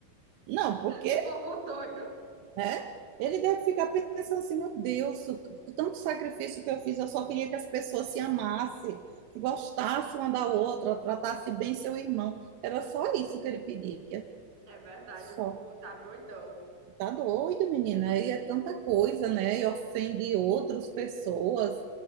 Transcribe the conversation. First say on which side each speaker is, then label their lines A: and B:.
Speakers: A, on the right; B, on the right.
A: Não, porque,
B: Esse povo doido.
A: né? Ele deve ficar pensando assim, meu Deus, o- com tanto sacrifício que eu fiz, eu só queria que as pessoas se amassem, se gostassem uma da outra, tratassem bem seu irmão. Era só isso que ele pedia.
B: É verdade,
A: Só.
B: o povo tá doidão.
A: Tá doido, menina. Aí é tanta coisa, né? E ofende outras pessoas